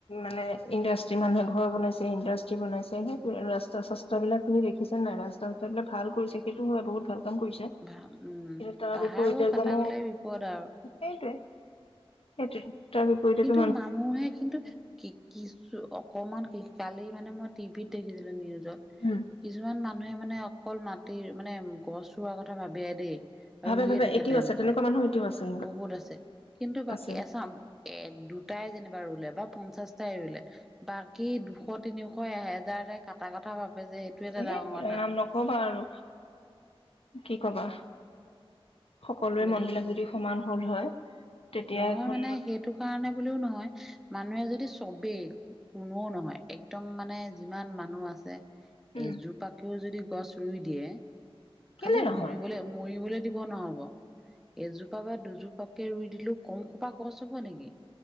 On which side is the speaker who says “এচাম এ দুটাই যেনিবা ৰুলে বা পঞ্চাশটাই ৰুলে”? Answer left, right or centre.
Centre